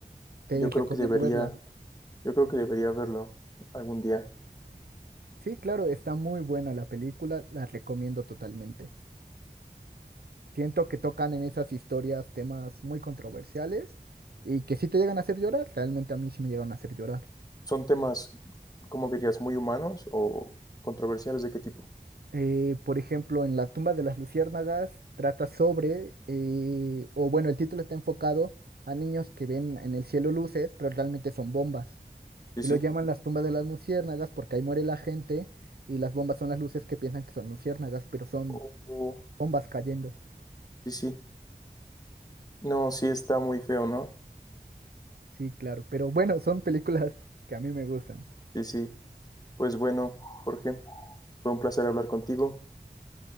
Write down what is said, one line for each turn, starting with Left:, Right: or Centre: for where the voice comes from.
Right: Te
Left: Yo
Right: recomiendo
Left: creo que debería,
Right: verla.
Left: yo creo que debería verlo algún día.
Right: Sí, claro, está muy buena la película, la recomiendo totalmente. Siento que tocan en esas historias temas muy controversiales y que sí te llegan a hacer llorar, realmente a mí sí me llegan a hacer llorar.
Left: ¿Son temas, como dirías, muy humanos o controversiales de qué tipo?
Right: Eh, por ejemplo, en La tumba de las luciérnagas trata sobre, eh, o bueno, el título está enfocado a niños que ven en el cielo luces, pero realmente son bombas.
Left: Sí, sí.
Right: Y lo llaman las tumbas de las luciérnagas porque ahí muere la gente y las bombas son las luces que piensan que son luciérnagas, pero son
Left: O- o-
Right: bombas cayendo.
Left: sí, sí. No, sí está muy feo, ¿no?
Right: Sí, claro. Pero bueno, son películas que a mí me gustan.
Left: Sí, sí. Pues bueno, Jorge, fue un placer hablar contigo.